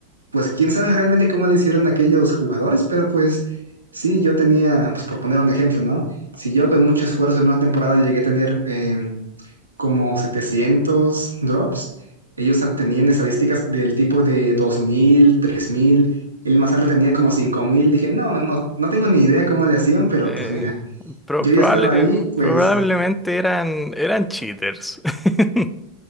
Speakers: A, on the right; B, in the centre.
A: pues quién sabe realmente cómo le hicieron aquellos jugadores, pero pues sí, yo tenía, pues por poner un ejemplo, ¿no? Si yo con mucho esfuerzo en una temporada llegué a tener em, como 700 drops. Ellos a- tenían estadísticas del tipo de dos mil tres mil El más alto tenía como cinco mil Dije, no, no, no tengo ni idea cómo le hacían, pero
B: Eh,
A: pues mira,
B: pro-
A: yo
B: probable-
A: ya estaba
B: eh,
A: ahí, pues
B: probablemente eran, eran cheaters. <laughs>